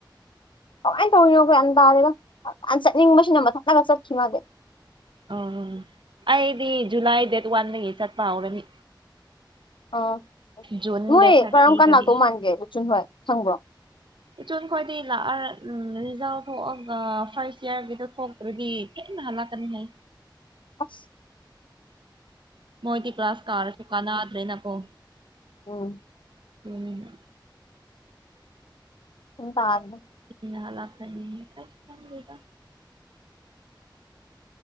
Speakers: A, on the left; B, on the right.
A: ꯀꯃꯥꯏꯅ ꯇꯧꯔꯤꯅꯣ ꯈꯣꯏ ꯒ꯭ꯌꯥꯟ ꯇꯥꯗꯦꯗꯣ ꯉꯥꯟꯇꯅ ꯆꯠꯅꯤꯡꯕꯁꯤꯅ ꯃꯊꯟꯇꯒ ꯆꯠꯈꯤ ꯃꯥꯗꯤ
B: ꯎꯝ ꯑꯩꯗꯤ ꯖꯨꯂꯥꯏ ꯗꯦꯠ ꯋꯥꯟꯗꯒꯤ ꯆꯠꯄ ꯍꯧꯔꯅꯤ
A: ꯑ
B: ꯖꯨꯟ
A: ꯅꯣꯏ
B: ꯗꯦꯠ ꯊꯥꯔꯇꯤꯗꯗꯤ
A: ꯀꯔꯝ ꯀꯥꯟ ꯂꯥꯛꯇꯧ ꯃꯥꯟꯒꯦ ꯂꯨꯆꯨꯟ ꯍꯣꯏ ꯈꯪꯕ꯭ꯔꯣ
B: ꯑꯆꯣꯟ ꯈꯣꯏꯗꯤ ꯂꯥꯛꯑ ꯔꯤꯖꯜ ꯊꯣꯛꯑꯒ ꯐꯥꯔꯁ ꯏꯌꯥꯔꯒꯤꯗ ꯊꯣꯛ ꯑꯗꯨꯗꯤ ꯊꯦꯡꯅ ꯍꯜꯂꯛꯀꯅꯤ ꯍꯥꯏꯌꯦ
A: ꯑꯁ
B: ꯃꯣꯏꯗꯤ ꯀ꯭ꯂꯥꯁ ꯀꯥꯔꯁꯨ ꯀꯥꯟꯅꯗ꯭ꯔꯦ ꯅꯀꯣ
A: ꯑꯣ
B: ꯎꯝ
A: <unintelligible>
B: <unintelligible> ꯂꯥꯛꯈ꯭ꯔꯗꯤ ꯑꯩꯖꯨ ꯈꯪꯗꯦꯗ